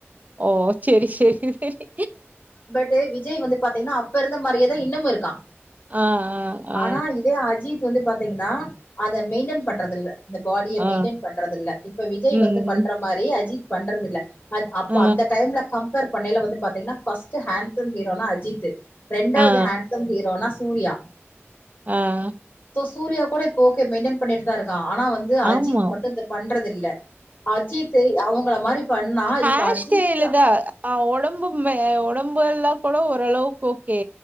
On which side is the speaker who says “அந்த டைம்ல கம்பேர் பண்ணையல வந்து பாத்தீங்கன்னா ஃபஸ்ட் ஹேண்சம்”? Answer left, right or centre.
Left